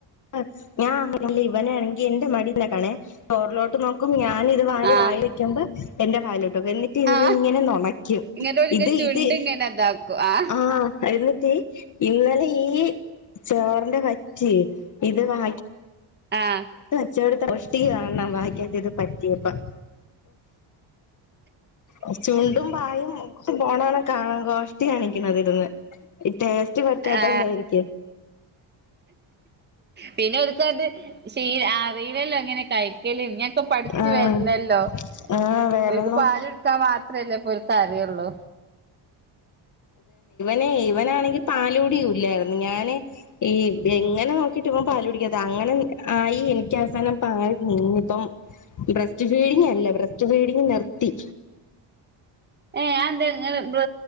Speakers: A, on the left; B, on the right.
A: അ ഞാ ഒണ്ടല്ലോയില്ലി ഇവനെയാണെങ്കി എന്റ മടി ലെക്കാണെ ചോറിലോട്ട് നോക്കും ഞാ ഞാനിത് വാരി
B: ആ
A: വായി വയ്ക്കുമ്പ എന്റെ പാലു എന്നിട്ട് ഇരുന്ന്
B: ആ
A: ഇങ്ങനെ നുണയ്ക്കും
B: ഇങ്ങട്ട് ഓലിന്റെ
A: ഇത്
B: ചുണ്ട്
A: ഇത്-
B: ഇങ്ങനെ ഇതാക്കും ആ
A: ആഹ് എന്നിട്ട് ഇന്നലെ ഈ ചോറിന്റെ വറ്റ് ഇത് വാക്കി-
B: ആഹ്
A: ച്ചോട് <unintelligible> ത്ത കോഷ്ടി കാണണം വായിക്കാത്ത് ഇത് പറ്റിയപ്പം ഓഫ് ചുണ്ടും വായും ഒക്കെ പോണ കണക്കാ ട്ടി കാണിക്കണത് ഇരുന്ന് ടേസ്റ്റ് പറ്റാത്ത
B: ആ
A: കൊണ്ടായിരിക്കും
B: പിന്നെ ഒടുക്കത് ശീ അറിയിലല്ലോ അങ്ങനെ കയി കല് ഇഞ്ഞിപ്പോ പഠിച്ചു
A: ആഹ്
B: വരണല്ലോ
A: ആഹ് വേറെന്നും
B: ഒര്ക്ക്‌ പാല് എടുക്കാ മാത്രമല്ലേ ഇപ്പൊര്ക്ക്‌ അറിയുള്ളൂ
A: നെ ഇവനാണെങ്കിൽ പാലോടിയില്ലായിരുന്നു ഞാന് ഈ എങ്ങനെ നോക്കിട്ട് ഇവൻ പാലോടിക്കതെ അങ്ങനെ ആയി എനിക്ക് അവസാനം പാല് നീന്നി ഇപ്പം ബ്രസ്റ്റ് ഫീഡിങ് അല്ല ബ്രസ്റ്റ് ഫീഡിങ് നിർത്തി
B: ഏഹ് അതെന്തേ ഇങ്ങള് ബ്ര